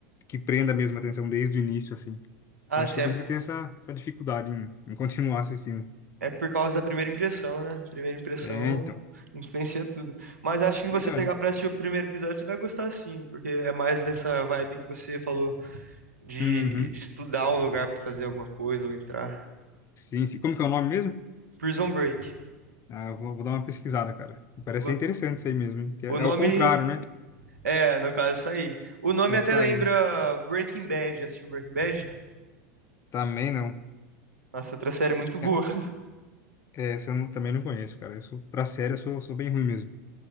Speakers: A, on the left; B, on the right.
A: Que prenda mesmo a atenção desde o início, assim.
B: Ah,
A: Então, acho
B: sim,
A: que é
B: é,
A: por isso que eu tenho essa, essa dificuldade em, em continuar assistindo.
B: é por causa da primeira impressão, né? Primeira impressão
A: É, então.
B: influencia tudo. Mas acho que se
A: Verdade.
B: você pegar pra assistir o primeiro episódio, você vai gostar sim, porque é mais nessa vibe que você falou de,
A: Uhum.
B: de estudar um lugar pra fazer alguma coisa ou entrar.
A: Sim, sim. Como que é o nome mesmo?
B: Prison Break.
A: Ah, eu vou, vou dar uma pesquisada, cara. Parece
B: O,
A: ser interessante isso aí mesmo, hein? Que é,
B: o nome
A: é o contrário, né?
B: É, no caso, isso aí. O nome
A: Essa
B: até lembra
A: aí.
B: Breaking Bad. Já Assistiu Breaking Bad?
A: Também não.
B: Nossa, outra série muito boa.
A: É-
B: <laughs>
A: é, essa eu não- também não conheço, cara. Eu sou, pra série, eu sou, sou bem ruim mesmo.